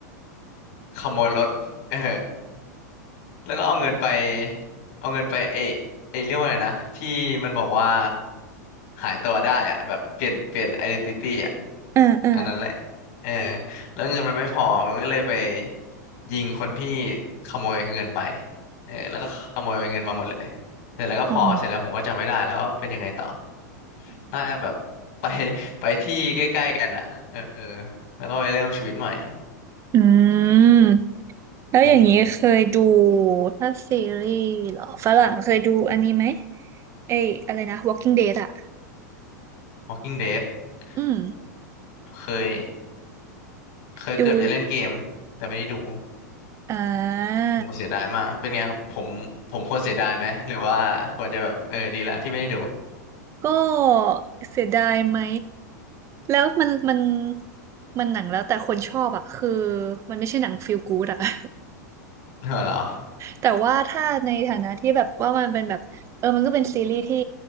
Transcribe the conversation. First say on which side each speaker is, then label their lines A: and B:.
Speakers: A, on the left (about 60°); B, on the right (about 30°).
A: ขโมยรถเออ แล้วก็เอาเงินไปเอาเงินไปเอเอเรียกว่าอะไรนะที่มันบอกว่าหายตัวได้อะแบบเปลี่ยนเปลี่ยนไอเดีนติตี้อะ
B: อ่าออ
A: อันนั้นแหละเออแล้วเงินมันไม่พอมันก็เลยไปยิงคนที่ขโมยเงินไปเออแล้วก็ขโมยเงินมาหมดเลยเสร็จแล้วก็พอเสร็จแล้วผมก็จำไม่ได้แล้วว่าเป็นยังไงต่อ
B: อ๋อ
A: น่าจะแบบ <laughs> ไปไปที่ใกล้ๆกันอ่ะเออแล้วก็ไปเริ่มชีวิตใหม่
B: อืมแล้วอย่างนี้เคยดู
A: อืม
B: ถ้าซีรีส์เหรอฝรั่งเคยดูอันนี้ไหมเอ้ยอะไรนะ Walking Dead อะ
A: Walking Dead
B: อืม
A: โอ้เคย เคยเกือบจะเล่นเกมแต่ไม่ได้ดู
B: ดูอ่า
A: โหเสียดายมากเป็นไงผมผมควรเสียดายไหมหรือว่าควรจะแบบเออดีละที่ไม่ได้ดู
B: ก็เสียดายไหมแล้วมันมันมันหนังแล้วแต่คนชอบอะคือมันไม่ใช่หนังฟีลกู๊ดอะ <laughs>
A: เหรอ
B: แต่ว่าถ้าในฐานะที่แบบว่ามันเป็นแบบเออมันก็เป็นซีรีส์ที่